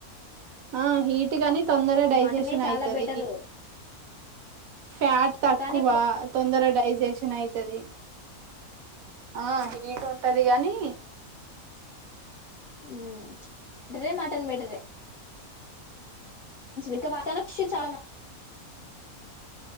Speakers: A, on the right; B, on the left.
A: ఆ హీట్ గని తొందరగ డైజెషన్
B: మటనే చాలా
A: అయితది
B: బెటరు
A: ఫ్యాట్ తక్కువ
B: కానీ
A: తొందర డైజెషన్ అయితది ఆ హీట్ ఉంటది గని
B: ఉ మటన్ బేటరే ఇంకా మట్టన్ ఫిష్ చాలా <inaudible>